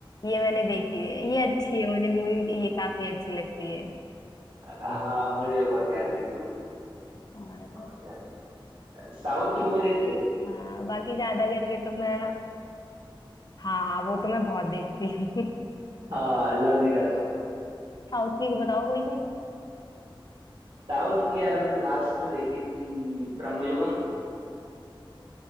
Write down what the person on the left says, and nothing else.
ये मैंने देखी है ये अच्छी है मुझे मूवी ये काफी अच्छी लगती है
और
हाँ बाकी ज्यादा करके तो मैं हाँ वो तो मैं बहुत देखती हूँ <laughs>
साउथ की बताओ कोई तुम <laughs>